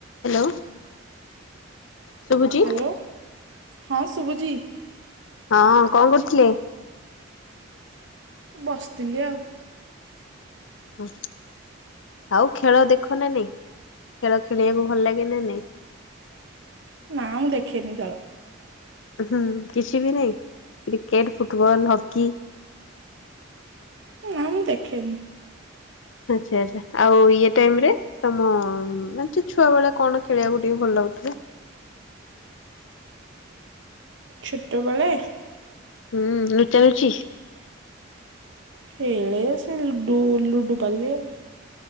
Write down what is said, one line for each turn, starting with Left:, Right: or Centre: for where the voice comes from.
Left: ହ୍ୟାଲୋ ଶୁଭୁଛି
Right: ହ୍ୟାଲୋ ହଁ ଶୁଭୁଛି।
Left: ହଁ କଣ କରୁଥିଲୁ?
Right: ବସିଥିଲି ଆଉ।
Left: ଓ ଆଉ ଖେଳ ଦେଖ ନା ନାଇଁ? ଖେଳ ଖେଳିବାକୁ ଭଲ ଲାଗେ ନା ନାଇଁ?
Right: ନା ମୁଁ ଦେଖେନି ଖେଳ।
Left: ହୁଁ କିଛି ବି ନାଇଁ କ୍ରିକେଟ୍ ଫୁଟବଲ୍ ହକି?
Right: ନା ମୁଁ ଦେଖେନି।
Left: ଆଚ୍ଛା ଆଚ୍ଛା ଆଉ ଇଏ ଟାଇମ୍ ରେ ତମ ମାନେ ଛୁଆ ବେଳେ କଣ ଖେଳିବାକୁ ଟିକେ ଭଲ ଲାଗୁଥିଲା।
Right: ଛୋଟ ବେଳେ
Left: ହୁଁ ଲୁଚା ଲୁଚି
Right: ଖେଳ ସେ ଲୁଡୁ ଲୁଡୁ ପାଲି ଆଉ।